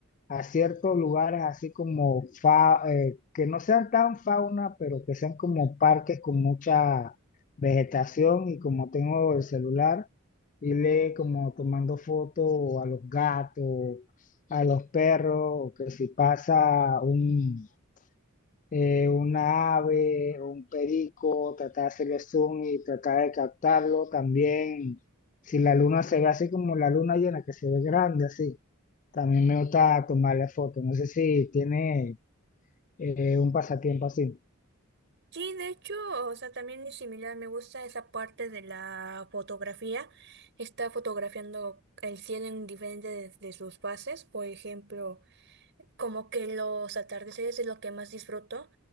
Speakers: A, on the left; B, on the right.
A: a ciertos lugares así como fa- eh, que no sean tan fauna, pero que sean como parques con mucha vegetación y como tengo el celular y le como tomando fotos a los gatos, a los perros, o que si pasa un, eh, una ave, un perico, tratar de hacerle zoom y tratar de captarlo también. Si la luna se ve así como la luna llena, que se ve grande así. También me gusta tomarle fotos. No sé si tiene eh, un pasatiempo así.
B: Sí, de hecho, o sea, también es similar, me gusta esa parte de la fotografía. Está fotografiando el cielo en diferentes de, de sus fases, por ejemplo, como que los atardeceres es lo que más disfruto